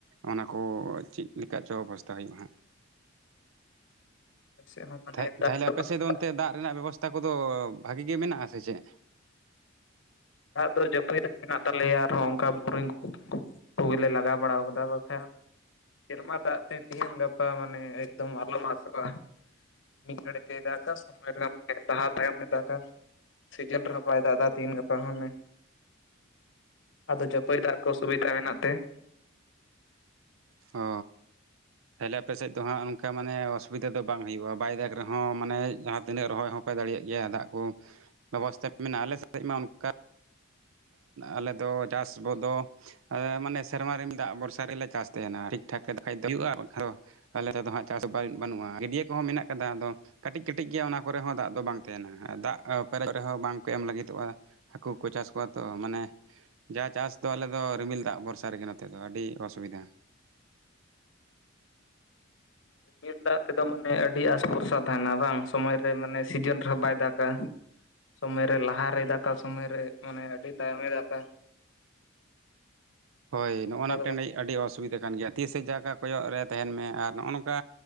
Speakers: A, on the right (about 75°); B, on the left (about 65°).
A: ᱚᱱᱟ ᱠᱚ ᱪᱮᱫ ᱞᱮᱠᱟ ᱪᱚ ᱚᱵᱚᱥᱛᱷᱟ ᱦᱩᱭᱩᱜᱼᱟ ᱦᱟᱸᱜ
B: ᱟᱯᱮ ᱥᱮᱫ ᱦᱚᱸ ᱢᱟᱱᱮ
A: ᱛᱟᱦᱮ
B: ᱫᱟᱜ
A: ᱛᱟᱦᱞᱮ ᱟᱯᱮ
B: ᱵᱟᱭ
A: ᱥᱮᱫ ᱫᱚ ᱚᱱᱛᱮ ᱫᱟᱜ ᱨᱮᱱᱟᱜ ᱵᱮᱵᱚᱥᱛᱷᱟ ᱠᱚᱫᱚ ᱵᱷᱟᱹᱜᱤ ᱜᱮ ᱢᱮᱱᱟᱜᱼᱟ ᱥᱮ ᱪᱮᱫ
B: ᱫᱟᱜ ᱫᱚ ᱡᱟᱹᱯᱤᱫ ᱫᱟᱜ ᱢᱮᱱᱟᱜ ᱛᱟᱞᱮᱭᱟ ᱟᱨᱦᱚᱸ ᱚᱱᱠᱟ ᱵᱳᱨᱤᱝ ᱠᱚ ᱯᱩᱭ ᱞᱮ ᱞᱟᱜᱟᱣ ᱵᱟᱲᱟ ᱟᱠᱟᱫᱟ ᱵᱟᱠᱷᱟᱱ ᱥᱮᱨᱢᱟ ᱫᱟᱜ ᱛᱮ ᱛᱤᱦᱮᱧ ᱜᱟᱯᱟ ᱢᱟᱱᱮ ᱮᱠᱫᱚᱢ ᱟᱞᱚᱢ ᱟᱥᱚᱜᱼᱟ ᱢᱤᱫ ᱜᱟᱹᱲᱤ ᱛᱮ ᱫᱟᱜᱼᱟ ᱥᱚᱢᱚᱭ ᱨᱮ ᱢᱟᱱᱮ ᱫᱟᱦᱟ ᱛᱟᱭᱚᱢ ᱫᱟᱜᱼᱟ ᱥᱤᱡᱮᱱ ᱨᱮᱦᱚᱸ ᱵᱟᱭ ᱫᱟᱜᱼᱟ ᱫᱟ ᱫᱤᱱ ᱜᱟ ᱯᱟᱲᱦᱟᱣ ᱢᱮ ᱟᱫᱚ ᱡᱟᱯᱟᱡ ᱫᱟᱜ ᱠᱚ ᱥᱩᱨᱩᱭ ᱛᱟᱦᱮᱸᱱᱟᱜ ᱛᱮ ᱾
A: ᱚ ᱛᱟᱦᱚᱞᱮ ᱟᱯᱮᱥᱮᱫ ᱫᱚ ᱦᱟᱸᱜ ᱚᱱᱠᱟ ᱢᱟᱱᱮ ᱚᱥᱩᱵᱤᱫᱟ ᱫᱚ ᱵᱟᱝ ᱦᱩᱭᱩᱜᱼᱟ ᱵᱟᱭ ᱫᱟᱜᱽ ᱨᱮᱦᱚᱸ ᱢᱟᱱᱮ ᱡᱟᱦᱟᱸ ᱛᱤᱱᱟᱹᱜ ᱨᱚᱦᱚᱭ ᱦᱚᱸᱯᱮ ᱫᱟᱲᱮᱭᱟᱜ ᱜᱮᱭᱟ ᱫᱟᱜ ᱠᱚ ᱵᱮᱵᱚᱥᱛᱷᱟ ᱢᱮᱱᱟᱜᱼᱟ ᱟᱞᱮ ᱥᱮᱫ ᱢᱟ ᱚᱱᱠᱟ ᱟᱞᱮᱫᱚ ᱪᱟᱥ ᱵᱚᱫᱚ ᱢᱟᱱᱮ ᱥᱮᱨᱢᱟ ᱨᱮ ᱫᱟᱜ ᱵᱚᱨᱥᱟ ᱨᱮᱞᱮ ᱪᱟᱥ ᱛᱟᱦᱮᱸᱱᱟ ᱴᱷᱤᱠᱴᱷᱟᱠ ᱦᱩᱭᱩᱜᱼᱟ ᱟᱞᱮ ᱛᱮᱫ ᱫᱚ ᱦᱟᱸᱜ ᱪᱟᱥ ᱵᱟᱭ ᱵᱟᱹᱱᱩᱜᱼᱟ ᱜᱟᱹᱰᱭᱟᱹ ᱠᱚᱦᱚᱸ ᱢᱮᱱᱟᱜ ᱟᱠᱟᱫᱟ ᱟᱫᱚ ᱠᱟᱹᱴᱤᱡ ᱠᱟᱹᱴᱤᱡ ᱜᱮᱭᱟ ᱚᱱᱟ ᱠᱚᱨᱮ ᱦᱚᱸ ᱫᱟᱜ ᱫᱚ ᱵᱟᱝ ᱛᱟᱦᱮᱸᱱᱟ ᱫᱟᱜ ᱯᱮᱨᱮᱡ ᱠᱚ ᱨᱮ ᱦᱚᱸ ᱵᱟᱝ ᱠᱚ ᱮᱢ ᱞᱟᱹᱜᱤᱫᱚᱜᱼᱟ ᱦᱟᱹᱠᱩ ᱠᱚ ᱪᱟᱥ ᱠᱚᱣᱟ ᱛᱚ ᱢᱟᱱᱮ ᱡᱟ ᱪᱟᱥᱫᱚ ᱟᱞᱮᱫᱚ ᱨᱤᱢᱤᱞ ᱫᱟᱜ ᱵᱷᱚᱨᱥᱟ ᱨᱮᱜᱮ ᱱᱚᱛᱮᱫ ᱫᱚ ᱟᱹᱰᱤ ᱚᱥᱩᱵᱤᱫᱟ
B: ᱨᱤᱢᱤᱞ ᱫᱟᱜ ᱛᱮᱫᱚ ᱢᱟᱱᱮ ᱟᱹᱰᱤ ᱟᱥᱵᱷᱚᱨᱥᱟ ᱛᱟᱦᱮᱱᱟ ᱵᱟᱝ ᱥᱚᱢᱚᱭ ᱨᱮ ᱢᱟᱱᱮ ᱥᱤᱡᱤᱱ ᱨᱮᱦᱚᱸ ᱵᱟᱭ ᱫᱟᱜᱟ ᱥᱚᱢᱢᱚᱭᱨᱮ ᱞᱟᱦᱟᱨᱮᱭ ᱫᱟᱠᱟ ᱥᱚᱢᱚᱭᱨᱮ ᱢᱟᱱᱮ ᱟᱹᱰᱤ ᱛᱟᱭᱚᱢᱮᱭ ᱫᱟᱠᱟ
A: ᱦᱳᱭ
B: ᱚᱱᱠᱟ
A: ᱱᱚᱜᱼᱚ ᱱᱚᱣᱟ
B: ᱫᱚ
A: ᱛᱮᱱᱫᱚ
B: ᱵᱟᱝ
A: ᱟᱹᱰᱤ ᱚᱥᱩᱵᱤᱫᱷᱟ ᱠᱟᱱ ᱜᱮᱭᱟ ᱛᱤᱥᱮ ᱡᱟᱭᱜᱟ ᱠᱚᱭᱚᱜ ᱨᱮ ᱛᱟᱦᱮᱱ ᱢᱮ ᱟᱨ ᱱᱚᱜᱼᱚ ᱱᱚᱝᱠᱟ